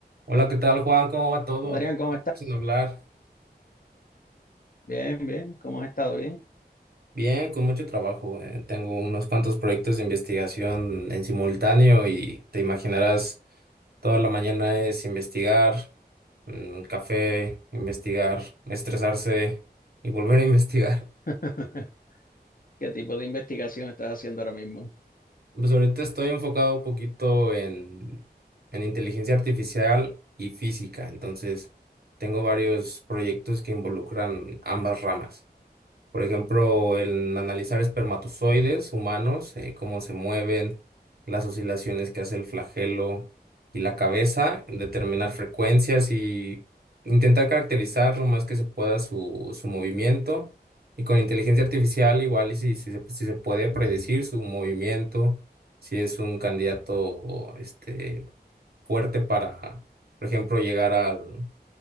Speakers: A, on the right (about 65°); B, on the left (about 55°).
A: Hola, ¿qué tal, Juan? ¿Cómo va todo?
B: Adrián,
A: Tanto
B: ¿cómo
A: tiempo
B: estás?
A: Sin hablar.
B: Bien, bien, ¿cómo has estado? Bien.
A: Bien, con mucho trabajo. eh, Tengo unos cuantos proyectos de investigación en simultáneo y te imaginarás, toda la mañana es investigar, mm, café, investigar, estresarse y volver a investigar.
B: <laughs> ¿Qué tipo de investigación estás haciendo ahora mismo?
A: Pues ahorita estoy enfocado un poquito en, en inteligencia artificial y física, entonces tengo varios proyectos que involucran ambas ramas. Por ejemplo, el analizar espermatozoides humanos, eh, cómo se mueven, las oscilaciones que hace el flagelo y la cabeza, determinar frecuencias y intentar caracterizar lo más que se pueda su, su movimiento. Y con inteligencia artificial, igual, y si, si, se, si se puede predecir su movimiento, si es un candidato este, fuerte para, por ejemplo, llegar al-